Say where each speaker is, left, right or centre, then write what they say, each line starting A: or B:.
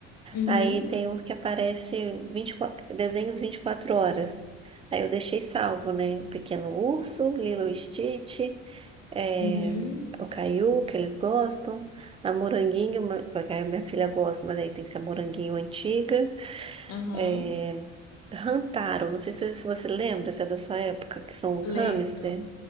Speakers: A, on the left; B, on the right.
A: Uhum,
B: Aí tem uns que aparece 24, desenhos 24 horas. Aí eu deixei salvo, né? O Pequeno Urso, Lilo e Stitch, eh,
A: uhum,
B: o Caiu, que eles gostam, a Moranguinho, ma- que a minha filha gosta, mas aí tem que ser a Moranguinho antiga.
A: aham.
B: eh, Rantaro, não sei se se você lembra, se é da sua época, que são os
A: Lembro.
B: hamster.